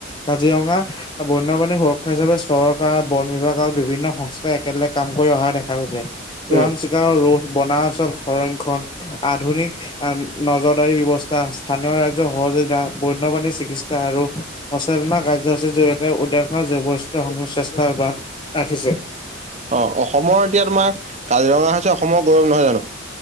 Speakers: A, on the left; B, on the right.
A: কাজিৰঙা বন্যপ্ৰাণীৰ সুৰক্ষা হিচাপে চৰকাৰ বন বিভাগ আৰু বিভিন্ন সংস্থাই একেলগে কাম কৰি অহা দেখা গৈছে। চোৱাং
B: উম।
A: চিকাৰ ৰোড বনাঞ্চল সংৰক্ষণ আধুনিক নজৰদাৰী ব্যৱস্থা স্থানীয় ৰাইজৰ সহযোগিতা বন্যপ্ৰাণীৰ চিকিৎসা আৰু সচেতনা কাৰ্যসূচীৰ জৰিয়তে <unintelligible> ৰাখিছে।
B: অঁ অসমৰ এতিয়া তোমাৰ কাজিৰঙা হৈছে অসমৰ গৌৰৱ নহয় জানো?